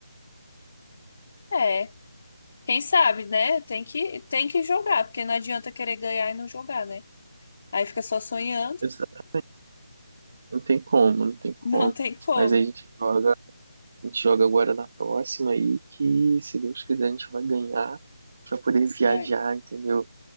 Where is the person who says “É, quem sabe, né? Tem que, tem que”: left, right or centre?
Left